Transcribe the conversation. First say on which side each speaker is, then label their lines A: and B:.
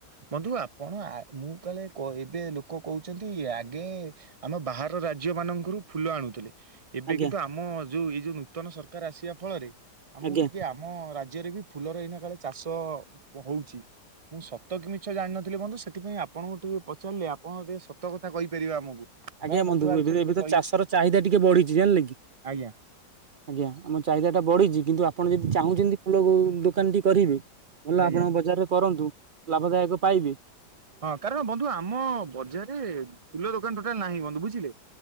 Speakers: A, on the right; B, on the right.
A: ବନ୍ଧୁ ଆପଣ ମୁଁ କାଳେ କହିବେ ଲୋକ କହୁଛନ୍ତି ଆଗେ ଆମ ବାହାର ରାଜ୍ୟ ମାନଙ୍କୁ ପାଖରୁ ଫୁଲ ଆଣୁଥିଲେ ଏବେ
B: ଆଜ୍ଞା
A: କିନ୍ତୁ ଆମ ଯୋଉ ଏଇ ଯୋଉ ନୂତନ ସରକାର ଆସିବା ଫଳରେ ଆ
B: ଆଜ୍ଞା
A: ମୁଁ ଟିକେ ଆମ ରାଜ୍ୟ ରାଜ୍ୟରେ ବି ଫୁଲର ଏଇନା କାଳେ ଚାଷ ହଉଛି। ମୁଁ ସତ କି ମିଛ ଜାଣିିନଥିଲି ବନ୍ଧୁ ସେଥିପାଇଁ ଆପଣଙ୍କୁ ଟିକେ ପଚାରିଲେ ଆପଣ ଟିକେ ସତ କଥା କହିପାରିବେ ଆମକୁ।
B: ଆଜ୍ଞା
A: କଣ
B: ବନ୍ଧୁ
A: ଆ ବିଷୟରେ
B: ଏବେ ତ
A: ଟିକେ
B: ଏବେ ତ
A: କହିବେ
B: ଚାଷର ଚାହିଦା ଟିକେ ବଢିଛି ଜାଣିଲେ କି?
A: ଆଜ୍ଞା
B: ଆଜ୍ଞା ଆମ ଚାହିଦା ଟା ବଢିଛି କିନ୍ତୁ ଆପଣ ଯଦି ଚାହୁଁଛନ୍ତି ଫୁଲକୁ ଦୋକାନଟି କରିବେ ଭଲ
A: ଆଜ୍ଞା।
B: ଆପଣ ବଜାରରେ କରନ୍ତୁ। ଲାଭଦାୟକ ପାଇବେ।
A: ହଁ କାରଣ ବନ୍ଧୁ ଆମ ବଜାରରେ ଫୁଲ ଦୋକାନ ଟୋଟାଲ ନାହିଁ ବନ୍ଧୁ ବୁଝିଲେ।